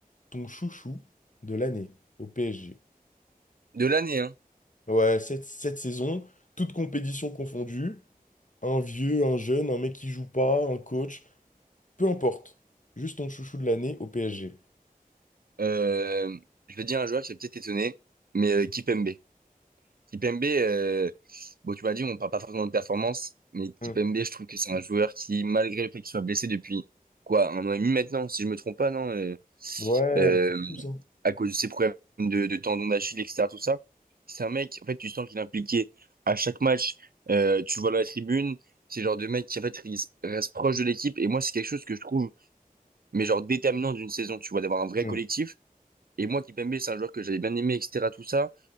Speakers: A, on the left; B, on the right.
A: ton chouchou de l'année au PSG?
B: De l'année, hein.
A: Ouais, cette, cette saison, toute compétition confondue, un vieux, un jeune, un mec qui joue pas, un coach, peu importe. Juste ton chouchou de l'année au PSG.
B: Euh, je vais dire un joueur qui a peut-être étonné, mais euh, Kipembe. Kipembe, euh, bon, tu m'as dit, on parle pas forcément de performance, mais Kipembe,
A: Hmm.
B: je trouve que c'est un joueur qui, malgré le fait qu'il soit blessé depuis, quoi, un an et demi maintenant, si je me trompe pas, non, euh,
A: Ouais,
B: euh,
A: plus, hein.
B: à cause de ses problèmes de, de tendons d'Achille, etc., tout ça, c'est un mec, en fait, tu sens qu'il est impliqué à chaque match, euh, tu le vois dans la tribune, c'est le genre de mec qui, en fait, il s- reste proche de l'équipe, et moi, c'est quelque chose que je trouve, mais genre déterminant d'une saison, tu vois, d'avoir un vrai
A: Hmm.
B: collectif, et moi, Kipembe, c'est un joueur que j'avais bien aimé, etc., tout ça,